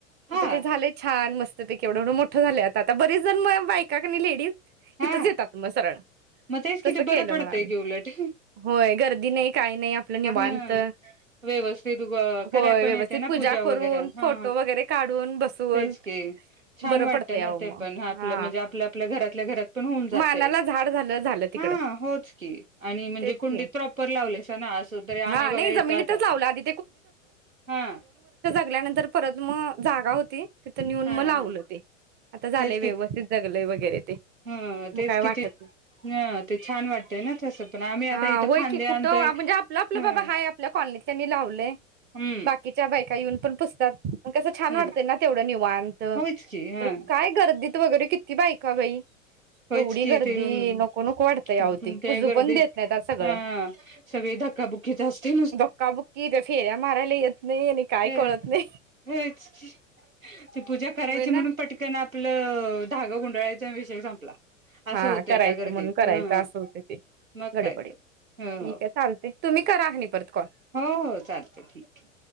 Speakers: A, on the right (about 90°); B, on the right (about 25°).
A: हा
B: आता ते झालंय छान, मस्तपैकी. एव्हढं एव्हढं मोठ्ठ झालंय आता, आता बरेच जण मला बा का गं न लेडी?
A: हा
B: इथंच येतात मग सरळ.
A: मग तेच किती
B: तसं
A: बरं
B: केलं
A: पडतंय
B: मग आम्ही.
A: की उलट
B: होय, गर्दी नाही काही नाही, आपलं
A: ह
B: निवांत.
A: व्यवस्थित कराय
B: होय,
A: पण
B: व्यवस्थित
A: येते ना
B: पूजा करून,
A: वगैरे हा
B: फोटो वगैरे काढून बसून
A: तेच की. छान
B: बरं
A: वाटतं
B: पडतंय
A: ना
B: अहो मग
A: ते पण. आपलं
B: हा
A: म्हणजे आपल्याल्या घ घरातल्या घरात. पण होऊन जातंय.
B: मानाला झाड झालं झालं तिकडं
A: ह, होच की. आणि म्हणजे
B: तेच
A: कुंडीत
B: की
A: प्रॉपर लावलंयसाना असं, तरी
B: हा
A: आम्ही बघा
B: नाही जमिनीतच
A: इथं आता.
B: लावलं आधी
A: हां
B: गल्यानंतर परत मग जागा होती तिथं नेऊन
A: हां,
B: मग लावलं
A: हां
B: ते. आता झालंय,
A: तेच
B: व्यवस्थित
A: की
B: जगलंय वगैरे ते.
A: हं, तेच
B: काय वाटत
A: किती
B: नाही.
A: हं, ते छान वाटतंय ना तसं पण आम्ही आता
B: हा
A: इथं
B: व्हय
A: फांदे
B: की. कुठं,
A: आणतोय
B: म्हणजे आप आपलं
A: हं,
B: बाबा हाय, आपल्या कॉलनीतल्यांनी लावलंय,
A: हं,
B: बाकीच्या बायका येऊन पण पुस्तक मग कसं छान
A: हं
B: वाटतंय ना तेवढं निवांत.
A: होयच की हां,
B: तर काय गर्दीत वगैरे की. ती बायका बाई
A: होयच
B: एवढी
A: की
B: गर्दी
A: ते अं,
B: नको नको वाटत अव ते, पूजू
A: गर्दीत
B: पण देत नाहीत सगळं
A: हां, सगळी धक्काबुक्कीच असते
B: धक्काबुक्की ते फेऱ्या मारायला येत नाही आणि काय
A: हम्म
B: कळत नाही.
A: हेच ते पूजा करायची
B: होय ना
A: म्हणून पटकन आपलं धागा गुंडाळायचा अन विषय संपला.
B: हा
A: असं होतंय
B: करायच
A: त्या गर्दीत
B: म्हणून करायचं
A: हं.
B: असं होत, ते
A: मग
B: गडबडीत
A: काय तर हो
B: ठीक
A: हो
B: आहे. चालते तुम्ही करा नाही. परत कॉल
A: हो हो चालतंय ठीक आहे,